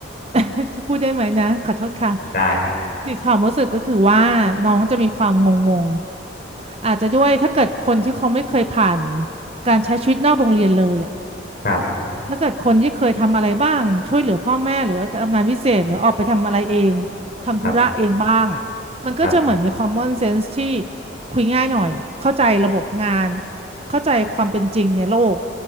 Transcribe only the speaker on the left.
ได้ครับ
ครับ
ครับครับ